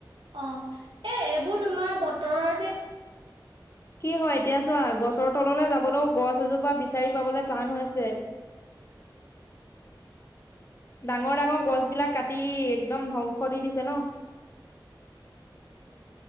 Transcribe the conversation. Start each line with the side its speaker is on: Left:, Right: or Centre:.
Right: অ' এ এইবোৰ তোমাৰ বতৰৰ যে
Left: কি হয় এতিয়া চোৱা গছৰ তললৈ যাবলৈও গছ এজোপা বিচাৰি পাবলৈ টান হৈছে। ডাঙৰ ডাঙৰ গছ বিলাক কাটি একদম ধ্বংস দি দিছে ন'।